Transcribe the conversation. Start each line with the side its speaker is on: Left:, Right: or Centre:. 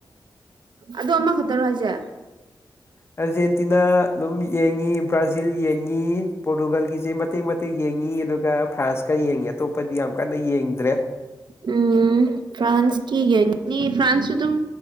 Right: ꯑ ꯑꯃꯈꯛꯇꯔꯣ ꯍꯥꯏꯁꯦ
Left: ꯑꯥꯔꯖꯦꯟꯇꯤꯅꯥ ꯑꯗꯨꯝ ꯌꯦꯡꯉꯤ ꯕ꯭ꯔꯥꯖꯤꯜ ꯌꯦꯡꯉꯤ ꯄꯣꯔꯇꯨꯒꯜꯒꯤꯁꯦ ꯃꯇꯦꯛ ꯃꯇꯦꯛ ꯌꯦꯡꯉꯤ ꯑꯗꯨꯒ ꯐ꯭ꯔꯥꯟꯁꯀ ꯌꯦꯡꯉꯤ ꯑꯇꯣꯞꯄꯗꯤ ꯌꯥꯝ ꯀꯟꯅ ꯌꯦꯡꯗ꯭ꯔꯦ
Right: ꯎꯝ ꯐ꯭ꯔꯥꯟꯁꯀꯤ ꯌꯦꯡꯅꯤꯅꯤ ꯐ꯭ꯔꯥꯟꯁꯁꯨ ꯑꯗꯨꯝ